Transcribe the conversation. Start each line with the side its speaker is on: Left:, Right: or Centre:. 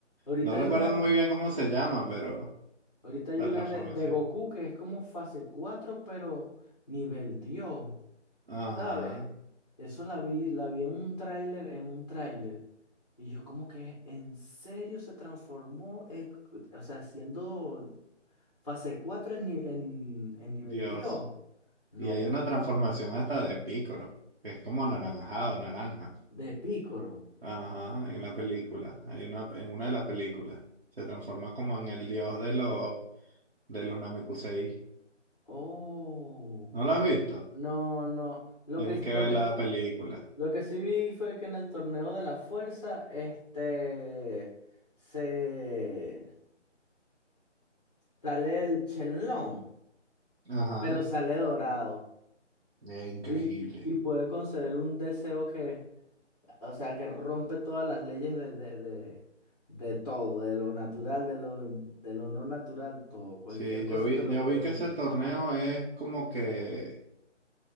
Left: Ahorita
Right: No recuerdo
Left: hay una,
Right: muy bien cómo se llama, pero
Left: ahorita hay
Right: la
Left: una
Right: transformación.
Left: de, de Goku que es como fase 4 pero nivel Dios.
Right: Ajá.
Left: ¿Sabes? Eso la vi, la vi en un tráiler, en un tráiler. Y yo como que en serio se transformó, en- o sea, siendo fase 4 en, ni- en, en nivel
Right: Dios.
Left: Dios. No,
Right: Y hay
Left: pues.
Right: una transformación hasta de Piccolo, que es como anaranjado, naranja.
Left: De Pícoro.
Right: Ajá, en la película, hay una, en una de las películas. Se transforma como en el dios de los, de los Namekusei.
Left: Oh.
Right: ¿No lo has visto?
Left: No, no. Lo
Right: Tienes
Left: que,
Right: que
Left: lo
Right: ver
Left: que,
Right: la película.
Left: lo que sí vi fue que en el torneo de la fuerza, este, se sale el Chenlong,
Right: Ajá,
Left: pero sale dorado.
Right: es increíble.
Left: Y, y puede conceder un deseo que, o sea, que rompe todas las leyes de, de, de, de todo, de lo natural, de lo, de lo no natural, todo. Cualquier
Right: Sí,
Left: cosa
Right: yo vi,
Left: te lo
Right: yo
Left: puede
Right: vi que
Left: cumplir.
Right: ese torneo es como que